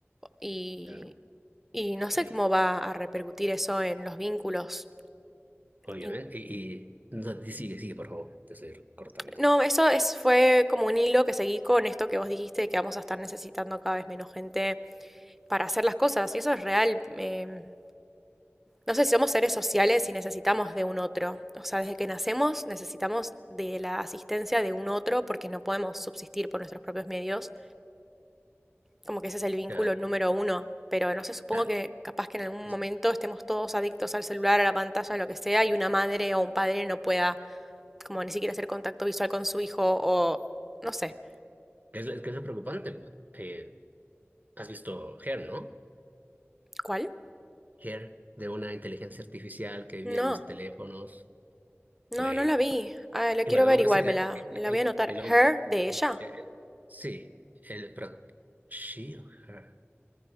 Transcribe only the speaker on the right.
Claro.
Sí,
obviamente.
Y, y- no, di- sigue, sigue, por favor, te estoy cortando.
Claro.
Ah,
es,
¿qué es, lo qué es lo preocupante? pues? Eh, has visto Her, ¿no?
Her, de una inteligencia artificial que vivía
en los teléfonos.
Bueno,
y
bueno,
el hombre
se-
el,
el,
el hom-
el-
eh, sí, el, pero, ¿she o her?